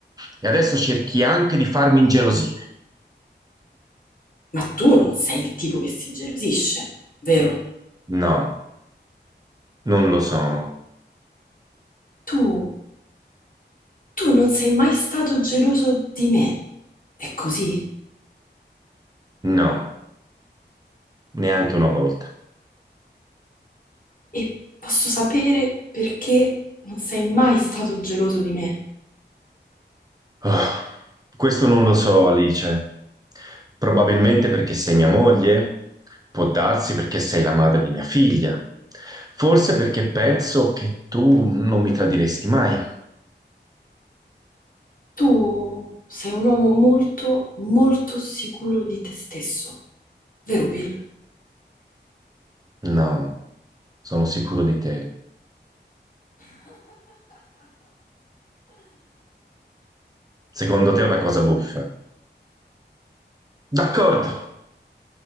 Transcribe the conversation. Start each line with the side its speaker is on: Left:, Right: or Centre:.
Right: e adesso cerchi anche di farmi ingelosire.
Left: Ma tu non sei il tipo che si gelosisce, vero?
Right: No, non lo sono.
Left: Tu, tu non sei mai stato geloso di me. È così?
Right: No, neanche una volta.
Left: e posso sapere perché non sei mai stato geloso di me.
Right: Oh, questo non lo so, Alice. Probabilmente perché sei mia moglie, può darsi perché sei la madre di mia figlia, forse perché penso che tu non mi tradiresti mai.
Left: Tu sei un uomo molto, molto sicuro di te stesso, vero Bill?
Right: No, sono sicuro di te. Secondo te è una cosa buffa. D'accordo,